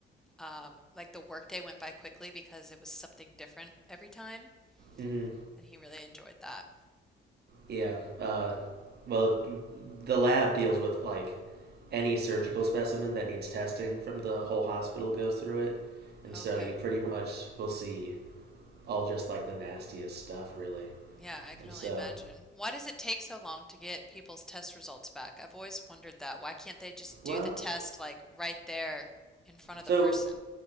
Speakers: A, in the centre; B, on the right (about 55°).
A: um, like the workday went by quickly because it was something different every time,
B: Mm-hmm.
A: and he really enjoyed that.
B: Yeah. Uh, well, the lab deals with like any surgical specimen that needs testing from the whole hospital goes through it, and
A: Okay.
B: so you pretty much will see all just like the nastiest stuff, really.
A: Yeah, I can
B: And so,
A: only imagine. Why does it take so long to get people's test results back? I've always wondered that. Why can't they just
B: well,
A: do the test like right there in front of
B: so
A: the person?